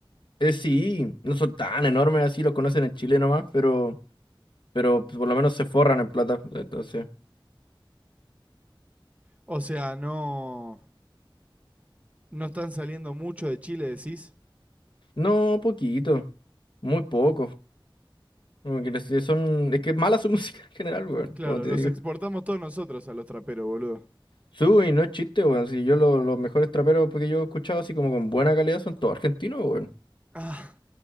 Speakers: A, on the left; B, on the right.
A: Eh, sí, no son tan enormes así, los conocen en Chile nomás, pero, pero pues, por lo menos se forran en plata. Entonces,
B: O sea, no, no están saliendo mucho de Chile, decís.
A: no, poquito, muy poco. Como que les- eh, son, es que es mala su <laughs> música en general, weón,
B: Claro,
A: como te
B: los
A: digo.
B: exportamos todos nosotros a los traperos, boludo.
A: Sui, no es chiste, weón. Si yo lo- los mejores traperos que yo he escuchado así como con buena calidad son todos argentinos, weón.
B: Ah,